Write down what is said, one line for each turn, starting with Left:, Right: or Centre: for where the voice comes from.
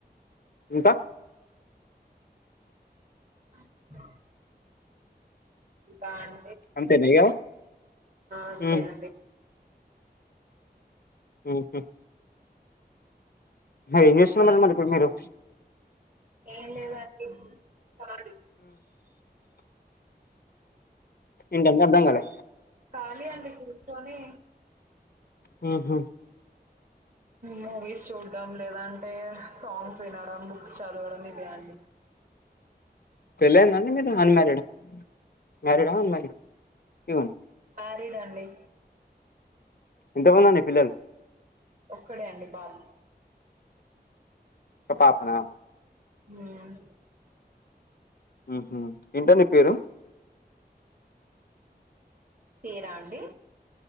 Left: ఇంకా
Right: అత్త యూట్టన్
Left: అంతేనా ఇంగా
Right: అంతే
Left: హు
Right: అండి
Left: హుహ్ హా ఏం జేసున్నారు
Right: ఇంకా
Left: మరి ఇప్పుడు మీరు
Right: ఏం లేదండి ఖాళీ
Left: ఏంటంటే అర్థం కాలే
Right: ఖళీ అండి కూర్చొని
Left: హుహు్
Right: మూవీస్ చూడం లేదంటే, సాంగ్స్ వినడం, బుక్స్ చదవడం ఇదే అండి.
Left: పెళ్ళైందండి. మీరు అన్మారీడా, మ్యారీడా అన్మారీడా ఇగో
Right: మ్యారీడ్ అండి.
Left: ఎంత పంది అండి, పిల్లల్
Right: ఒక్కడే అండి బాబు
Left: ఓ పాపనా
Right: హుహ్
Left: హుహ్ ఇంటా నీ పేరు
Right: పేరా అండి.